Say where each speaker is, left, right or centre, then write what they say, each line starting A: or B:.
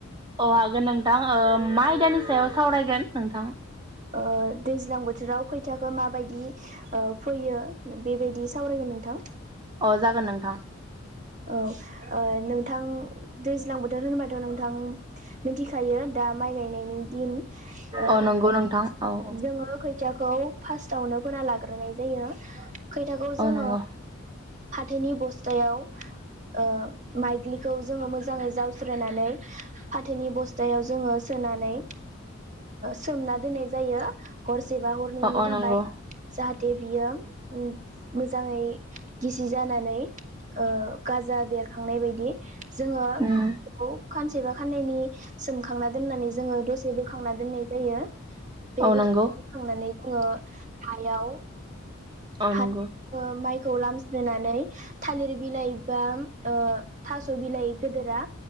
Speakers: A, on the right; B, on the right.
A: अ हागोन नों थां ओ मा आइदानि सायाव सावरायगोन नोंथां।
B: ओ दैज्लां बोथोराव खोथियाखौ मा बायदि ओ फैयो बेबायदि सावरायगोन नोंथां।
A: अ जागोन नोंथां।
B: औ। ओ नोंथां। दैज्लां बोथोर होनबाथ नोंथां मिथिखायो दा माइ गायनायनि नि दिन
A: अ नंगौ नोंथां औ औ
B: जोङो खो खोथियाखौ फास्टावनो फोना लाग्रोनाय जायो। खैथाखौ
A: औ
B: जोङो
A: नंगौ
B: फाथोनि बस्थायाव ओ माइज्लिखौ जोङो मोजाङै जावस्रोनानै फाथोनि बस्थायाव जोङो सोनानै सोमना दोननाय जायो हरसे जे बा हरनैयनि
A: अ अ
B: थाखाय
A: नंगौ
B: जाहा दे बियो मोजाङै गिसि जानानै ओ गाजा बेरखांनाय बायदि। जोङो
A: उम
B: बेखौ सानसेबा साननैयनि सोम खांना दोननानै जोङो दसे बोखांना दोननाय जायो बे
A: औ
B: बोखांनानै
A: नंगौ
B: जोङो हायाव
A: औ
B: हा
A: नंगौ
B: माइ खौ लामस्रोनानै थालिर बिलाइ बा ओ थास बिलाइ गिदिरा